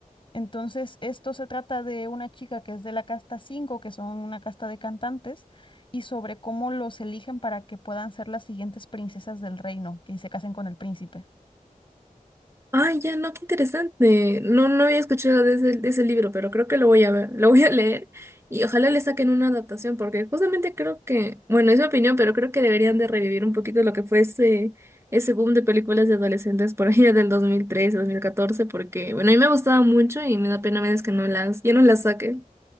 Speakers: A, on the left; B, on the right.
A: Entonces, esto se trata de una chica que es de la casta cinco, que son una casta de cantantes, y sobre cómo los eligen para que puedan ser las siguientes princesas del reino, que se casen con el príncipe.
B: Ay, ya, no, qué interesante. No, no había escuchado de ese, de ese libro, pero creo que lo voy a ver, lo voy a leer y ojalá le saquen una adaptación, porque justamente creo que, bueno, es mi opinión, pero creo que deberían de revivir un poquito lo que fue ese, ese boom de películas de adolescentes por allá del 2013, 2014, porque, bueno, a mí me gustaba mucho y me da pena a veces que no las, ya no las saquen.